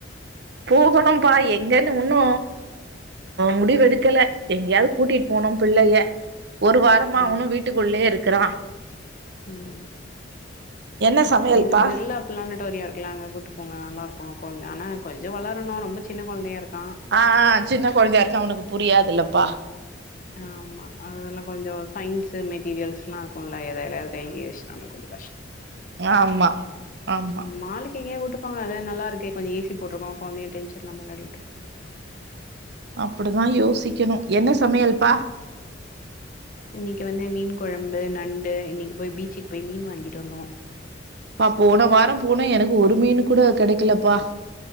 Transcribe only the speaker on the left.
ம்
ம்
இது பிர்லா ப்ளானிடொரியோ இருக்குல அங்க கூட்டு போங்க நல்லாருக்கு குழந்தை ஆனா கொஞ்சோ வளரனு ரொம்ப சின்ன குழந்தையா இருக்கான்
ஆ ஆமா அதெல்லா கொஞ்சோ சயின்ஸ மெட்டீரியல்ஸ்லா இருக்கும்ல எ எதுலயாது கை கிய வச்சுட்டானா கொஞ்சோ கஷ்டோ
ம் மால் கு எங்கயாது கூட்டு போங்க அதா நல்ல இருக்கே கொஞ்சோ ஏசி போட்டிருக்கு குழந்தையு டென்ஷன் இல்லாம விளையாடிட்டு இருக்கும்
இன்னைக்கு வந்து மீன் குழம்பு நண்டு இன்னைக்கு போய் பீச்சுக்கு போய் மீன் வாங்கிட்டு வந்தோ